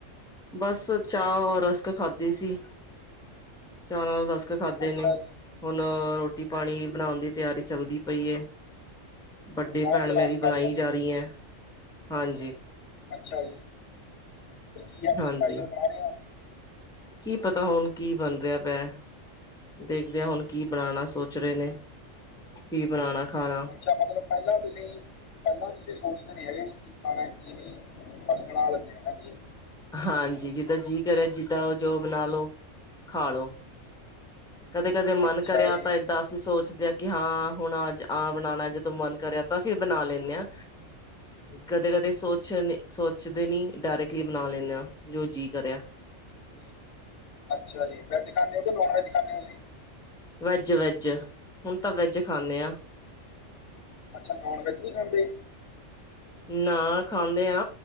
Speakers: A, in the centre; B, on the left.
A: ਬਸ ਚਾਹ ਔਰ ਰਸਕ ਖਾਦੇ ਸੀ। ਚਾਹ ਨਾਲ ਬਸ। ਖਾਧੇ
B: ਅੱਛਾ
A: ਨੇ,
B: ਜੀ,
A: ਹੁਣ ਰੋਟੀ- ਪਾਣੀ ਬਣਾਉਣ ਦੀ ਤਿਆਰੀ ਚੱਲਦੀ ਪਈ ਏ। ਵੱਡੀ
B: ਚਾਹ
A: ਭੈਣ,
B: ਤੇ
A: ਮੇਰੀ
B: ਰਸ ਖਾਧੇ
A: ਬਣਾਈ
B: ਨੇ,
A: ਜਾ ਰਹੀ ਹੈ। ਹਾਂਜੀ।
B: ਅੱਛਾ ਜੀ, ਫੇਰ ਕੀ ਅੱਜ
A: ਹਾਂਜੀ।
B: ਸਪੈਸ਼ਲ ਬਣਾ ਰਹੇ ਹੋ?
A: ਕੀ ਪਤਾ, ਹੁਣ ਕੀ ਬਣ ਰਿਹਾ ਪਿਆ। ਦੇਖ- ਹੁਣ ਕੀ ਬਣਾਉਣਾ ਸੋਚ ਰਹੇ ਨੇ। ਕੀ ਬਣਾਉਣਾ ਖਾਣਾ,
B: ਅੱਛਾ, ਮਤਲਬ ਪਹਿਲਾਂ ਤੁਸੀਂ- ਪਹਿਲਾਂ ਤੁਸੀਂ ਸੋਚਦੇ। ਨ ਹੈਗਾ ਕੀ ਖਾਣਾ, ਕੀ ਨਹੀਂ ਬਸ ਬਣਾ ਲੈਂਦੇ ਆ ਹ ਜੀ।
A: ਹਾਂਜੀ, ਜਿਦਾਂ ਜੀ ਕਰੇ, ਜਿਦਾਾਂ ਜੋ ਬਣਾ ਲੋ ਖਾਾਲੋ। ਕਦੇ- ਕਦੇ ਮਨ
B: ਅੱਛਾ
A: ਕਰਿਆ
B: ਜੀ।
A: ਤਾਂ ਏਦਾਂ ਅਸੀਂ ਸੋਚਦੇ ਹਾਂ, ਕਿ ਹਾਂ ਹੁਣ ਅੱਜ ਆ ਬਣਾਉਣਾ ਜਦੋਂ ਮਨ ਕਰਿਆ। ਤਾਂ ਫੇਰ ਬਣਾ ਲੈਂਦੇ ਹਾਂ। ਕਦੇ- ਕਦੇ ਸੋਚ ਸੋਚਦੇ ਨੀ ਡਾਇਰੈਕਟਲੀ ਬਣਾ ਲੈਂਦੇ ਆਂ, ਜੋ ਜੀਅ ਕਰਿਆ।
B: ਅੱਛਾ ਜੀ ਵੈਜ ਖਾਂਦੇ ਹੋ ਕਿ ਨੋਨ ਵੈਜ ਖਾਂਦੇ ਹੋ ਤੁਸੀਂ?
A: Veg, veg. ਹੁਣ ਤਾਂ ਵੈਜ ਖਾਂਦੇ ਆ।
B: ਅੱਛਾ, ਨਨ ਵੈੱਜ ਨਹੀਂ ਖਾਂਦੇ।
A: ਨਾ ਖਾਂਦੇ ਆ।